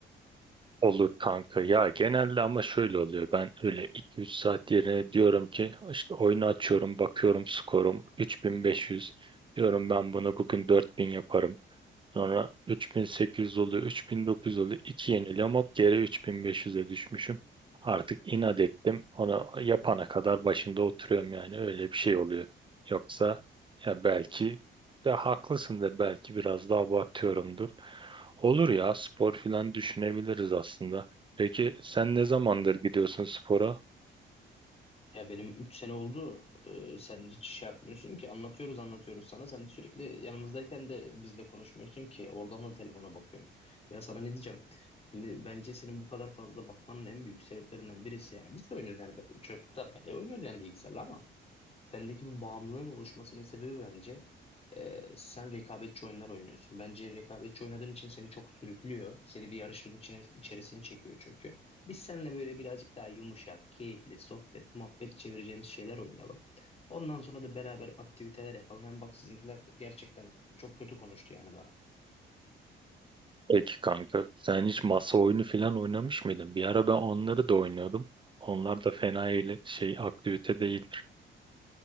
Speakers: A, on the right; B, on the left.
A: Olur kanka ya genelde ama şöyle oluyor ben öyle iki üç saat yerine diyorum ki işte oyunu açıyorum bakıyorum skorum 3500 diyorum ben bunu bugün 4000 yaparım Sonra 3800 oluyor, 3900 oluyor. iki yeniliyorum hop geri 3500'e düşmüşüm. Artık inat ettim. Onu yapana kadar başında oturuyorum yani öyle bir şey oluyor. Yoksa ya belki ya haklısındır belki biraz daha abartıyorumdur. Olur ya spor filan düşünebiliriz aslında. Peki sen ne zamandır gidiyorsun spora?
B: Ya benim 3 sene oldu. Ee, sen hiç şey yapmıyorsun ki. Anlatıyoruz anlatıyoruz sana. Sen sürekli yanımızdayken de bizle konuşmuyorsun ki. Oradan da telefona bakıyorsun. Ya sana ne diyeceğim? Şimdi bence senin bu kadar fazla bakmanın en büyük sebeplerinden birisi yani. Biz de oynuyoruz yani. Çocukluktan beri oynuyoruz yani bilgisayarla ama. Sendeki bu bağımlılığın oluşmasının sebebi bence e, sen rekabetçi oyunlar oynuyorsun. Bence rekabetçi oynadığın için seni çok sürüklüyor. Seni bir yarışın içine, içerisine çekiyor çünkü. Biz seninle böyle birazcık daha yumuşak, keyifli, sohbet, muhabbet çevireceğimiz şeyler oynayalım. Ondan sonra da beraber aktiviteler yapalım. Hem bak sizinkiler gerçekten çok kötü konuştu yani bana.
A: Peki kanka sen hiç masa oyunu filan oynamış mıydın? Bir ara ben onları da oynuyordum. Onlar da fena eyle- şey aktivite değil.